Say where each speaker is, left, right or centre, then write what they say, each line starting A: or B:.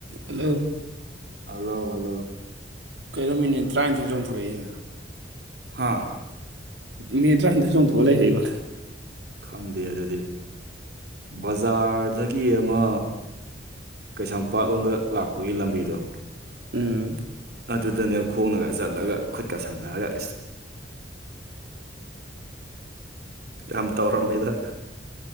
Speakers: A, on the right; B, on the right.
A: Hello
B: hello hello
A: ꯀꯩꯅꯣ minute ꯇꯔꯥꯅꯤꯣꯏ ꯆꯣꯡꯊꯣꯔꯛꯏꯅ
B: ꯍꯥꯥ
A: ꯃ ꯇꯔꯥꯅꯤꯊꯣꯏ ꯆꯣꯡꯊꯣꯛꯑ ꯂꯩꯔꯦ ꯑꯩꯕꯣ
B: ꯈꯪꯗꯦ ꯑꯗꯨꯗꯤ ꯕꯖꯥꯔꯗꯒꯤ ꯑꯃ ꯀꯩꯁꯥꯝꯄꯥꯠ ꯂꯣꯝꯗ ꯂꯥꯛꯄꯒꯤ ꯂꯝꯕꯤꯗꯣ
A: ꯎꯝ
B: ꯑꯗꯨꯗꯅꯦ ꯈꯣꯡꯅꯒ ꯆꯠꯂꯒ ꯈꯨꯠꯀ ꯁꯝꯅꯔꯒ ꯌꯥꯝꯝ ꯇꯧꯔꯝꯃꯤꯗ